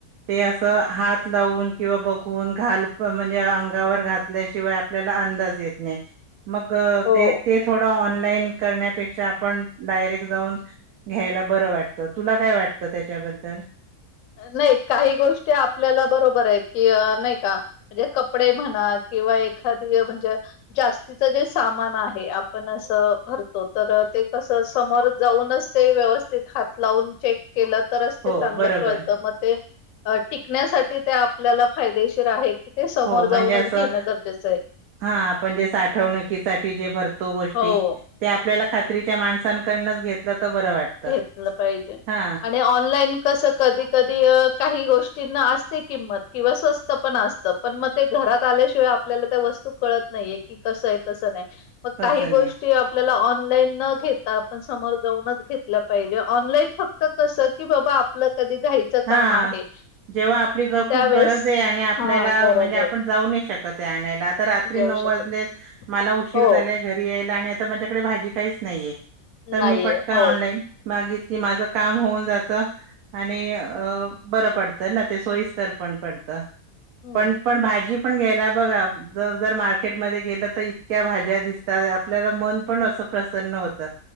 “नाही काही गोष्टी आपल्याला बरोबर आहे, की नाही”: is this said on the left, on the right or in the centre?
Left